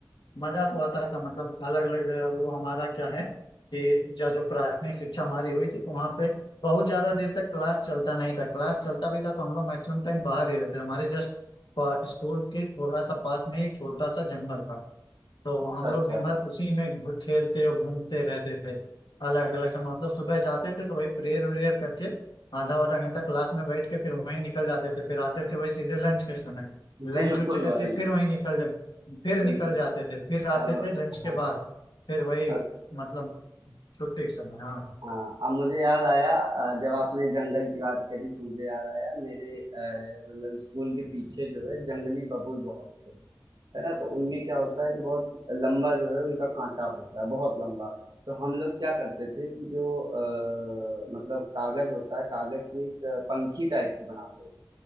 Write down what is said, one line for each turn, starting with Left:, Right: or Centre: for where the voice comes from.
Left: मजा तो आता था मतलब अलग अलग वो हमारा क्या है कि जो जो प्राथमिक शिक्षा हमारी हुई थी तो वहाँ पे बहुत ज्यादा देर तक क्लास चलता नहीं था क्लास चलता भी था तो हम लोग मैक्सिमम टाइम बाहर ही रहते थे। हमारे जस्ट स्कूल के थोड़ा सा पास में ही एक छोटा सा जंगल था तो
Right: अच्छा
Left: हम
Right: अच्छा
Left: लोग दिन भर उसी में घु- खेलते और घूमते रहते थे अलग अलग समय मतलब सुबह जाते थे तो वही प्रेयर व्रेयर करके आधा आधा घंटा क्लास में बैठ के फिर वहीं निकल जाते थे फिर आते थे वही सीधे लंच के समय लंच
Right: बिल्कुल
Left: उंच करके
Right: भाई
Left: फिर वहीं निकल जा- फिर
Right: बिल्कुल
Left: निकल जाते थे फिर आते
Right: अब
Left: थे लंच
Right: हाँ
Left: के बाद फिर वही
Right: अब
Left: मतलब छुट्टी के समय हाँ
Right: हाँ, अब मुझे याद आया अ, जब आपने जंगल की बात करी तो मुझे याद आया मेरे अ, मतलब स्कूल के पीछे जो है जंगली बबूल बहुत थे है ना तो उनमें क्या होता है कि बहुत लंबा जो है उनका कांटा होता है बहुत लंबा तो हम लोग क्या करते थे कि जो अ, मतलब कागज होता है कागज की एक पंखी टाइप की बनाते थे